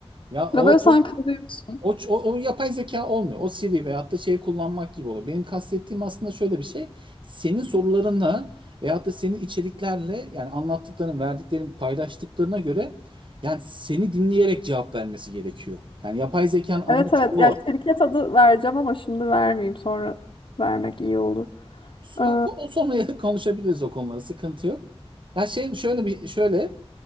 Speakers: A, on the right; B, on the left.
A: Ya o
B: Ve böyle
A: çok
B: sen kalıyorsun.
A: o, ç- o, o yapay zeka olmuyor. O Siri veyahut da şey kullanmak gibi oluyor. Benim kastettiğim aslında şöyle bir şey. Senin sorularınla veyahut da senin içeriklerle yani anlattıkların, verdiklerin, paylaştıklarına göre yani seni dinleyerek cevap vermesi gerekiyor. Yani yapay zekanın amacı
B: Evet evet.
A: o.
B: Ya şirket adı vereceğim ama şimdi vermeyeyim. Sonra vermek iyi olur.
A: Ya,
B: Eee,
A: ko- Sonra <laughs> konuşabiliriz o konuları. Sıkıntı yok. Ben şey şöyle bir şöyle